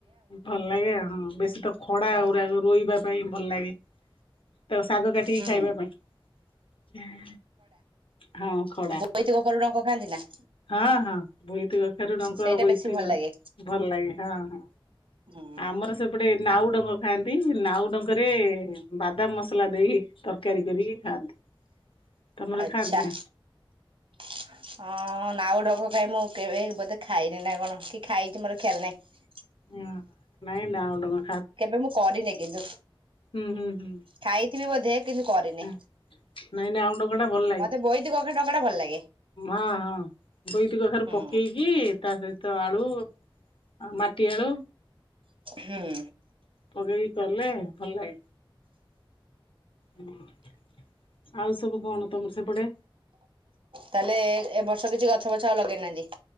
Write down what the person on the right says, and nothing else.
ହଁ
ହୁଁ
ବୋଇତି କଖାରୁ ଡଙ୍କ ଖାଆନ୍ତି ନା?
ସେଇଟା
ବେଶୀ ଭଲ ଲାଗେ।
ହୁଁ
ଆଛା
ହଁ ନାଉ ଡ଼ଗ ଭାଇ ମୁଁ କେବେ ବୋଧେ ଖାଇନି ନା କଣ କି ଖାଇଛି ମୋର ଖିଆଲ ନାହିଁ।
କେବେ ମୁଁ କରିନି କିନ୍ତୁ
ଖାଇଥିବି ବୋଧେ କିନ୍ତୁ କରିନି।
ମତେ ବୋଇତି କଖା ଡଙ୍କା ଟା ଭଲ ଲାଗେ।
ହୁଁ
ହୁଁ।
ତାହେଲେ ଏ ଏବର୍ଷ କିଛି ଗଛ ବଛ ଆଉ ଲଗେଇ ନାହାନ୍ତି।